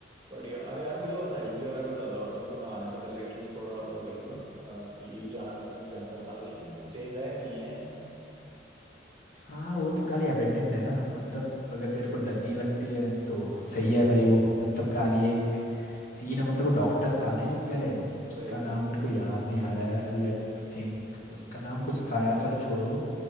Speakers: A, on the right (about 25°); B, on the left (about 45°).
A: बढ़िया अरे यार मुझे वो असाइलम के बारे में ज्यादा पता मतलब मैं आने से पहले एटलीस्ट थोड़ा वो कर लूँ ना अ, कि जान जान पड़ताल कर लूँ सेफ है नहीं है
B: हाँ वो तो खाली अबेंडेंड है ना मतलब अगर तेरे को डर नहीं लगती है तो सही है भाई वो मतलब खाली एक सीन है मतलब वो डॉक्टर था ना एक पहले
A: सही
B: उसका नाम
A: सही सही
B: मेरे को याद नहीं आ रहा है लेट मी थिंक उसका नाम कुछ था यार चलो छोड़ो वो